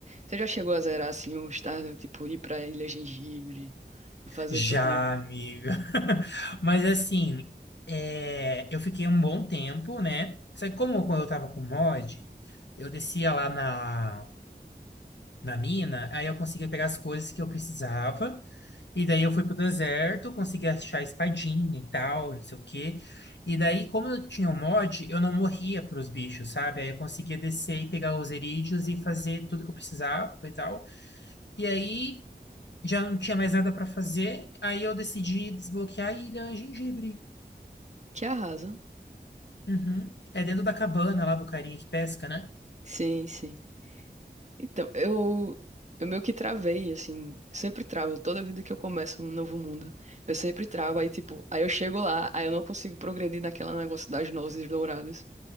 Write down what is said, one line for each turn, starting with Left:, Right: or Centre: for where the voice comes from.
Right: você já chegou a zerar assim o Stardew, tipo ir pra Ilha Gengibre e fazer
Left: Já,
Right: tudinho.
Left: amiga. <laughs> Mas assim, é, eu fiquei um bom tempo, né? Só que como eu quando eu tava com mod, eu descia lá na na mina, aí eu consegui pegar as coisas que eu precisava. E daí eu fui pro deserto, consegui achar a espadinha e tal, não sei o quê. E daí, como eu tinha um mod, eu não morria pros bichos, sabe? Aí eu conseguia descer e pegar os erídeos e fazer tudo que eu precisava e tal. E aí já não tinha mais nada pra fazer, aí eu decidi desbloquear a Ilha Gengibre.
Right: Que arrasa.
Left: Uhum. É dentro da cabana lá do carinha que pesca, né?
Right: Sim, sim. Então, eu eu meio que travei assim, sempre travo toda vida que eu começo um novo mundo. Eu sempre travo aí tipo, aí eu chego lá, aí eu não consigo progredir naquela negócio das nozes douradas.